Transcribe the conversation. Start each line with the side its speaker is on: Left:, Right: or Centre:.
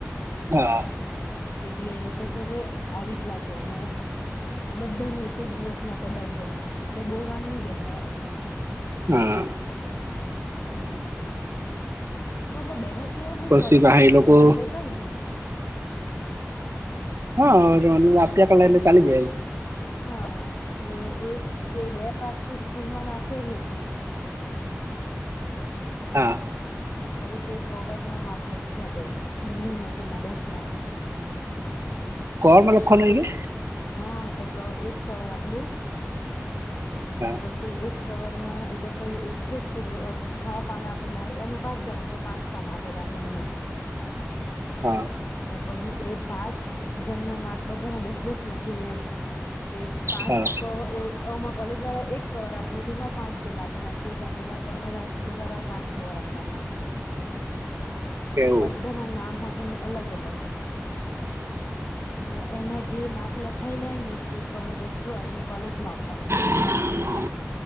Right: હા.
Left: એટલે એ લોકો સરે આવી જ લાગે ને બધા નું એક જ દિવસ માં પટાઈ જાય, એટલે બોવ વાર ની બેહે એમ.
Right: હા.
Left: એવું આપણતો બેહે તેહું હું
Right: પછી
Left: ફરક
Right: પાહા
Left: પડે
Right: એ લોકો
Left: જોહું હોય તો કઈ ની.
Right: હા આ આપ્યા કલા એ ચાલીજા
Left: હા ને એક એ બે પાારથી સ્કૂલમાં નાચરય જઈ.
Right: હા.
Left: પહિ તે કવર માં માર્ક લખી આપે બંને મેથડ ના દસ માક.
Right: કોરમાં લખવાનું
Left: તે
Right: હોય કે.
Left: હા તો ક એક કવર આપલું્
Right: હા
Left: ને પછી એક. કવર માં એ લોકો એક જ પીલું છ પાના પેલા અમે પાંચ જણા એટલે પાંચ પાના આપેલ હે એમાં.
Right: હા.
Left: ને પછી એ પાંચ જણ ના માર્ગ બધાના દસ દસ માંથી હોય એમ. તે પાંચ
Right: હા
Left: ક એ. માં કોલેજ દ્વારા એક કવર આપલું એમાં પાંચ પેજ આપેલા પેજ આપેલા્યાસ. સ્કૂલ વાળા એ પાંચ કવર આપવાના.
Right: એવું
Left: બધા ના નામ હાથેનું અલગ અલગ. ને એમાં જે માર્ક લખાયેલાય ને તે કવર બેઠું આવીને કોલેજ માં આપવાનું.
Right: <inaudible> <unintelligible> <inaudible>